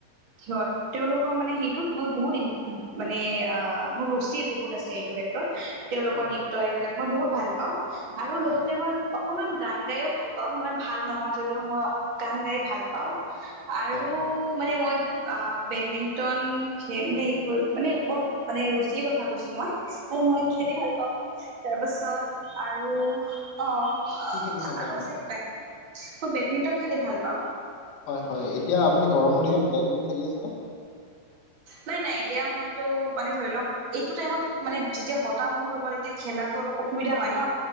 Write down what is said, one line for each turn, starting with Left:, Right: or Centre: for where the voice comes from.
Right: সহত তেওঁলোকৰ মানে সেইটো মই বহুত দ মানে মোৰ ৰুচি বহুত আছে এইটো ক্ষেত্ৰত। তেওঁলোকৰ
Left: হয়
Right: নৃত্য
Left: হয়
Right: এইবিলাক মই বহুত ভাল পাওঁ আৰু লগতে
Left: হয়
Right: মই অকমান গান গাইও ভাল পাওঁ সিমান ভাল নহয় যদিও মই গান গাই ভাল পাওঁ। আৰু
Left: হয় হয়
Right: মানে মই বেডমিন্টন মানে ক মানে মোৰ মানে ৰুচিৰ কথা কৈছো মই মানে মই
Left: হয়।
Right: খেলি ভাল পাওঁ। তাৰ পাছত আৰু অ আহ আৰু
Left: কি খেলি ভাল পায় আপুনি?
Right: আছে কিবা কিবি। মই বেডমিণ্টন খেলি ভাল পাওঁ।
Left: হয় হয় এতিয়া আপুনি গৰমৰ দিনত বেডমিণ্টন খেলি আছে ন
Right: নাই নাই এতিয়া মইতো মানে ধৰিলওক এইটো টাইমত মানে যেতিয়া বতাহ বহুত হ'ব তেতিয়া খেলাটো অলপ অসুবিধা হয় ন।